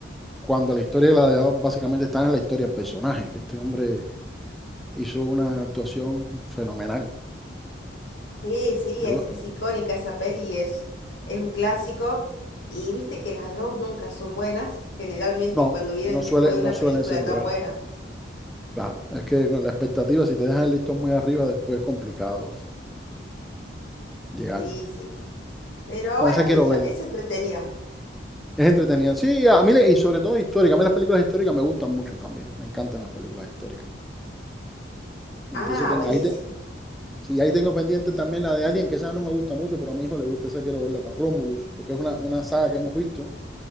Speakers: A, in the centre; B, on the left (about 70°).
A: cuando la historia de Gladiador básicamente está en la historia del personaje, que este hombre hizo una actuación fenomenal.
B: Sí, sí,
A: Yo
B: es,
A: lo-
B: es icónica esa peli, es, es un clásico. Y viste que las dos nunca son buenas, generalmente
A: no,
B: cuando vienen
A: no suele,
B: después de
A: no
B: una
A: suelen
B: película
A: ser buenas,
B: tan buena.
A: claro, es que con la expectativa, si te dejas el listón muy arriba, después es complicado llegarlo.
B: Sí, sí. Pero
A: No,
B: bueno,
A: esa quiero
B: qué sé yo,
A: ver.
B: es entretenida.
A: Es entretenida. Sí, a mí, le- y sobre todo histórica. A mí las películas históricas me gustan mucho también. Me encantan las películas históricas. Entonces
B: Ah,
A: tengo,
B: buenísimo.
A: ahí, te- sí, ahí tengo pendiente también la de Alien, que esa no me gusta mucho, pero a mi hijo le gusta, esa quiero verla con Romulus, porque es una, una saga que hemos visto.